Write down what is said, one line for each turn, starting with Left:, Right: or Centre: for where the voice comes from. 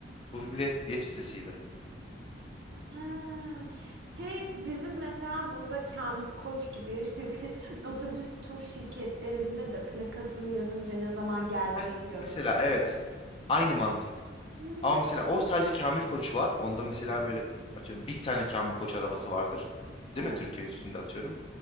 Left: Bu bir web, web sitesiydi.
Right: Ha. Şey bizim mesela burada Kamil Koç gibi işte <laughs> bir otobüs tur şirketlerinde de plakasını yazınca ne zaman geleceğini
Left: Heh,
Right: gösteriyor.
Left: mesela evet. Aynı mantık.
Right: Hmm.
Left: Ama mesela o sadece Kamil Koç var. Onda mesela böyle atıyorum bin tane Kamil Koç arabası vardır.
Right: Evet,
Left: Değil mi? Türkiye üstünde atıyorum.